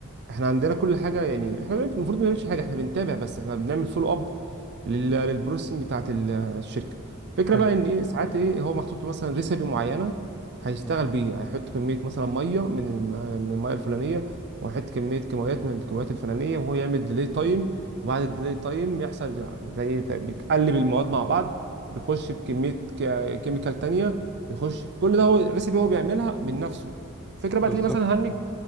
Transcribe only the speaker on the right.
احنا عندنا كل حاجه يعني احنا المفروض ما بنعملش حاجه احنا بنتابع بس احنا بنعمل فولو اب لل- للبروسيسنج بتاعت ال- الشركه الفكره
بقى ان ايه ساعات ايه هو محطوط له مثلا ريسبي معينه هيشتغل
بيه هيحط كميه مثلا ميه من الم- من الميه الفلانيه وهيحط كميه كيماويات من الكيماويات الفلانيه وهو يعمل ديلي تايم وبعد الديلي تايم يحصل زي ت- بيتقلب المواد مع بعض بيخش بكميه كيميكال تانية بيخش كل ده هو الريسبي هو بيعملها من نفسه الفكره
بقى تلاقيه مثلا هنج